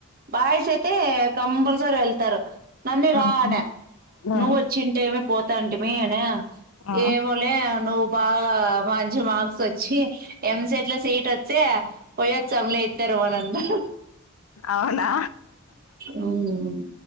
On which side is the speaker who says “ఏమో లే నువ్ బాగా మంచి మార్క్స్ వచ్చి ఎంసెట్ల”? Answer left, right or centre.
Right